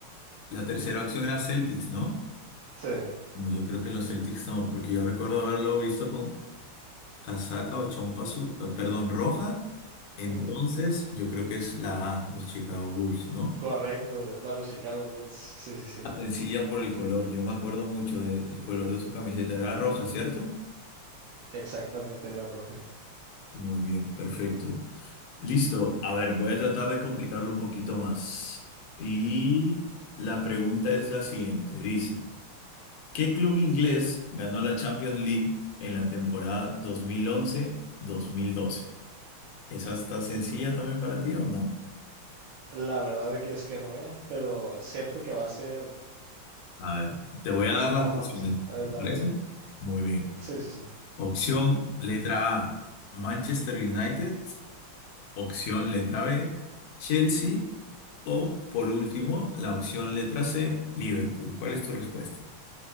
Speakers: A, on the left; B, on the right.
A: La tercera opción era Celtics, ¿no?
B: sí,
A: No, yo creo que los Celtics no, porque yo recuerdo haberlo visto con casaca o chompa, su- eh, perdón, roja. Entonces,
B: ujú,
A: yo creo que es la A, los Chicago Bulls, ¿no?
B: correcto, es para los Chicago Bulls. Sí, sí, sí,
A: Sencilla por el color, yo me acuerdo mucho del color de su camiseta, era roja, ¿cierto?
B: exactamente era roja.
A: Muy bien, perfecto. Listo, a ver, voy a tratar de complicarlo un poquito más. Y
B: Ujú.
A: la pregunta es la siguiente, dice. ¿Qué club inglés ganó la Champions League en la temporada dos dos mil once mil doce? ¿Esa está sencilla también para ti o no?
B: La verdad es que es que no es, pero siento que va a ser.
A: A ver, te voy a dar
B: No,
A: las opciones,
B: no, no sé. A ver,
A: ¿te
B: dale,
A: parece?
B: dale.
A: Muy bien.
B: Sí, sí, sí.
A: Opción letra A, Manchester United. Opción letra B, Chelsea. O por último, la opción letra C, Liverpool. ¿Cuál es tu respuesta?